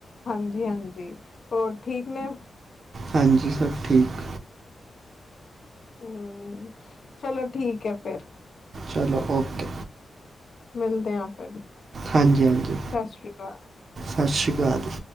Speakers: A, on the left; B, on the right.
A: ਹਾਂਜੀ -ਹਾਂਜੀ, ਹੋਰ ਠੀਕ ਨੇ।
B: ਹਾਂਜੀ, ਸਭ ਠੀਕ।
A: ਹੂੰ, ਚਲੋ ਠੀਕ ਐ ਫਿਰ।
B: ਚਲੋ ਓਕੇ!
A: ਮਿਲਦੇ ਆ ਫਿਰ।
B: ਹਾਂਜੀ -ਹਾਂਜੀ,
A: ਸਤਿ ਸ੍ਰੀ ਅਕਾਲ
B: ਸਤਿ ਸ੍ਰੀ ਅਕਾਲ।